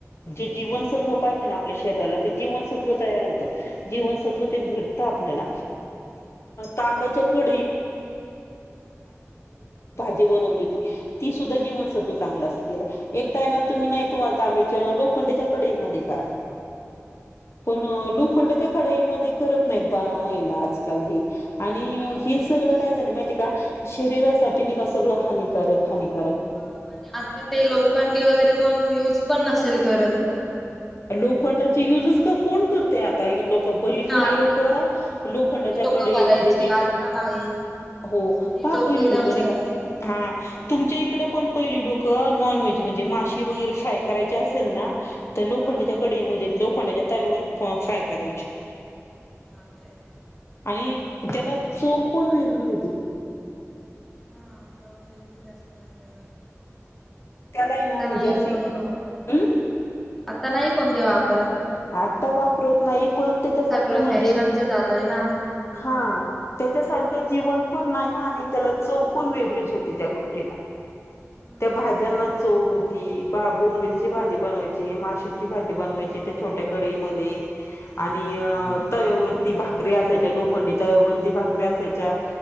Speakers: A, on the left (about 55°); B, in the centre.
A: जीवसत्व पाहि ना आपल्या शरीला जीवसत्व तयार होतं जवव आपल्या तब्याच्या क जेवणे जी बनवली तीा जीवव च असला एकाम तु्ही नाही आमच्या लोखंडच्या कडे मध्ये करा पण लोखंडच्या कडेमध्येध्ये करत नाही द महिला आजकाल हे आणि
B: नाही
A: हे
B: करत
A: सगळ काय झाले माहिती का शरीरासाठी नाही का सगळं हानिकारक हानिकार
B: ह आणि आता ते लोखंडी वगैरे कोण युज पण नसेल करत कोण
A: लोखंडाची युज कोण करत ते आता
B: नाही
A: लोकं पहिली
B: कोण
A: जुनी
B: ना आता
A: लोक लोखंडाच्या
B: जुनी लोक
A: कडे
B: करायची
A: मध्ये ते
B: आता नाही.
A: हो
B: जुनी
A: पहा पहिली
B: तेव्हा
A: लोक नाही
B: सर्व
A: का हा तुमच्या इकड पण पहिली लोक नॉनव्हेज म्हणजे माशी वगैरे फ्राय करायची असेल ना तरो
B: हा
A: लोखंडाच्या कढईमध्ये लोखंडाच्या तयावर फ्राय करायची
B: म काय
A: आणि त्याला चोख पण वेगळी होती
B: हा चव वेगळी जास्त मिळाल त्याला
A: कलाय
B: आता
A: ना
B: नाही
A: मजाशी
B: कोण वापरत
A: हम्
B: आता नाही कोणते वापरत
A: आता वापरत नाही पण त्याच्यासारखे
B: सगळं
A: म्हणजे
B: फॅशनच झालंय ना
A: हा त्याच्यासारखं जीवन पण नाही आणि त्याला चव पण वेगळीच होती त्या गोष्टीला.
B: हा
A: त्या भाज्यांना
B: आणि
A: चव होती. बोंबिलची भाजी बनवायची, माशांची भाजी बनवायची त्या छोट्या कढईमध्ये आणि अं तव्यावरती भाकरी असायच्या, लोखंडी तव्यावरती भाकरी असायच्या.